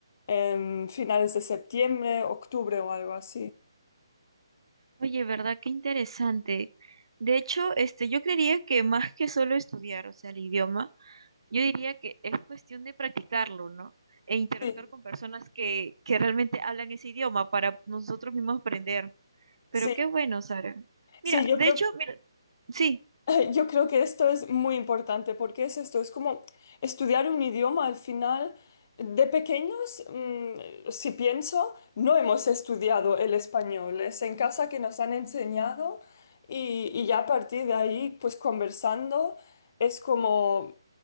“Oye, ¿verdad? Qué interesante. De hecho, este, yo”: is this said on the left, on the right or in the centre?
Right